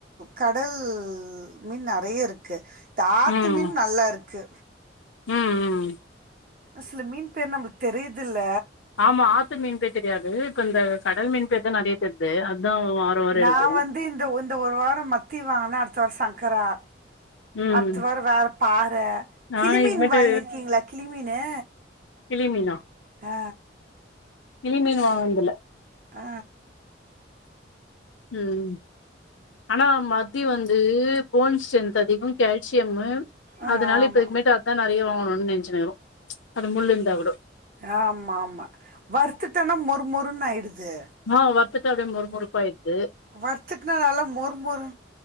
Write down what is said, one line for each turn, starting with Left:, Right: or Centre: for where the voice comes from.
Right: கடல் மீன் நெறைய இருக்கு இந்த ஆத்து
Left: ம்
Right: மீன் நல்லா இருக்கு
Left: ம் ம்
Right: சில மீன் பேர் நமளுக் தெரியுர்தில்ல
Left: ஆமா ஆத்து மீன் பேர் தெரியாது இப்ப இந்த கடல் மீன் பேர் தா நெறைய தெர்து அதா வார
Right: நா
Left: எடுக்கு
Right: வந்து இந்த இந்த ஒரு வாரோ மத்தி வாங்கனா அடுத்த வாரோ சங்கரா
Left: ம்
Right: அத்தவாரோ வேற பாற
Left: நானு
Right: கிளிமீன்
Left: இதுமேட்டு
Right: வாங்கிருக்கீங்களா கிளிமீனு
Left: கிளிமீனா
Right: ஆ
Left: கிளிமீன் வாங்கனதில்ல
Right: ஆ
Left: ம் ஆனா மத்தி வந்து போன் ஸ்ட்ரென்த் அதிகம் கேல்சியமு
Right: ஆ
Left: அதனால
Right: ஆமா
Left: இப்பிதுக்குமேட்டு அதா நெறைய வாங்குணுனு நெனைச்சினுக்றோ அது முள்ளு இருந்தாகுட
Right: ஆம ஆமா வருத்துட்டனா மொறுமொறுன்னு ஆயிடுது
Left: ஆ வருத்துட்டு அப்டியே முறுமுறுப் பாயிறுது
Right: வருத்துக்குனா நல்லா மொர் மொரு